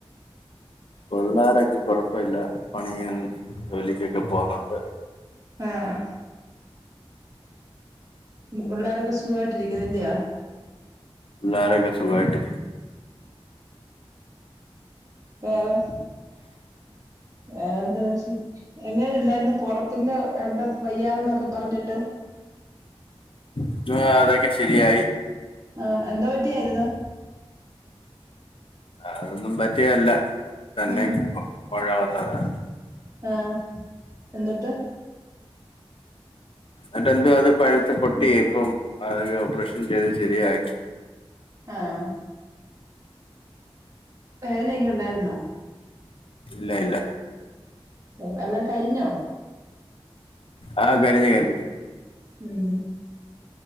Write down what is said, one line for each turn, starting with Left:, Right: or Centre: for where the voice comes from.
Left: പിള്ളോരൊക്കെ കൊഴപ്പല്ല പണിയും ജോലിക്കൊക്കെ പോകുന്നുണ്ട്
Right: ആഹ് പിള്ളോരൊക്കെ സുഖമായിട്ടിരിക്കുന്നില്ലിയോ
Left: പുള്ളാരൊക്കെ സുഖായിട്ട്
Right: വേറെ വേറെന്താവിശ്യം എങ്ങനെ ഇണ്ടായ്രുന്നു പൊർത്തിന്റെ എട വയ്യാന്നൊക്കെ പർഞ്ഞിട്ട്
Left: <unintelligible> അതൊക്കെ ശെരിയായി.
Right: ആഹ് എന്തോ പറ്റിയാര്ന്ന്
Left: അതൊന്നും പറ്റിയല്ല തന്നെ
Right: ഉം
Left: മൊഴ വന്നതാ.
Right: ആഹ് എന്ന്ട്ട്
Left: എന്നിട്ടെന്തുവാ അത് പഴുത്ത് പൊട്ടി ഇപ്പം അതൊക്കെ ഓപ്പറേഷൻ ചെയ്ത് ശരിയാക്കി
Right: ആഹ് വേദനൊക്കെ ഉണ്ടായിരുന്നോ
Left: ഇല്ല ഇല്ല.
Right: <unintelligible> കരിഞ്ഞോ
Left: ആഹ് കരിഞ്ഞ് കരിഞ്ഞ്
Right: ഉം